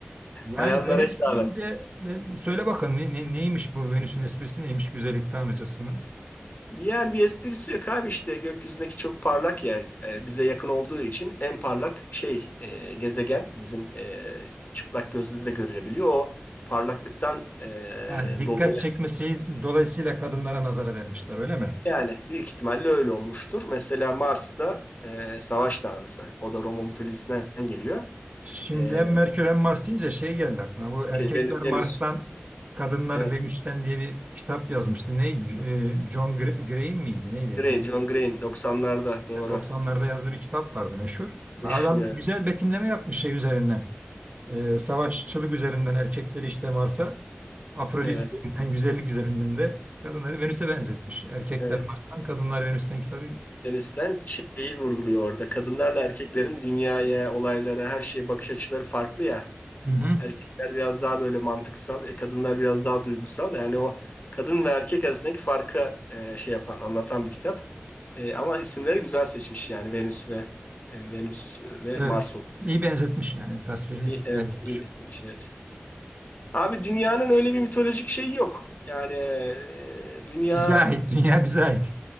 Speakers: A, on the right; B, on the left.
A: Yani
B: Bayanlara
A: Venüs
B: hitaben.
A: deyince ben- söyle bakalım ne, ne- neymiş bu Venüs'ün esprisi neymiş güzellik tanrıcasının?
B: Yani bir esprisi yok abi işte gökyüzündeki çok parlak yer e, bize yakın olduğu için en parlak şey e, gezegen bizim e, çıplak gözle de görülebiliyor. O parlaklıktan e,
A: Ha, dikkat
B: dolayı
A: çekmesi dolayısıyla kadınlara nazara vermişler öyle mi?
B: yani büyük ihtimalle öyle olmuştur. Mesela Mars'ta e, savaş tanrısı o da Roma mitolojisinden geliyor.
A: Şimdi
B: E,
A: hem Merkür hem Mars deyince şey geldi aklıma. Bu Erkekler
B: şey, Ven-
A: Mars'tan,
B: Venüs,
A: Kadınlar
B: evet,
A: Venüs'ten diye bir kitap yazmıştı. Ne? e, John Gr- Gray miydi? Neydi?
B: Grey, John Green 90'larda doğru.
A: 1990'larda yazdığı bir kitap vardı meşhur.
B: Meşhur
A: Adam
B: evet.
A: güzel betimleme yapmış şey üzerinden. E, savaşçılık üzerinden erkekleri işte Mars'a, Afrodit
B: Evet,
A: üzerinden, güzellik üzerinden de kadınları Venüs'e benzetmiş. Erkekler
B: evet.
A: Mars'tan, Kadınlar Venüs'ten kitabı.
B: Afganistan şeyi vurguluyor orada. Kadınlarla erkeklerin dünyaya, olaylara, her şeye bakış açıları farklı ya.
A: Hı hı.
B: Erkekler biraz daha böyle mantıksal, e, kadınlar biraz daha duygusal. Yani o kadın ve erkek arasındaki farkı e, şey yapan, anlatan bir kitap. E, ama isimleri güzel seçmiş yani Venüs ve e, Venüs e, ve
A: Evet.
B: Mars olarak.
A: İyi benzetmiş yani. Tasviri
B: İyi, evet,
A: güzel yapmış.
B: iyi bitirmiş evet. Abi dünyanın öyle bir mitolojik şeyi yok. Yani e, dünya
A: Bize ait. Dünya bize ait.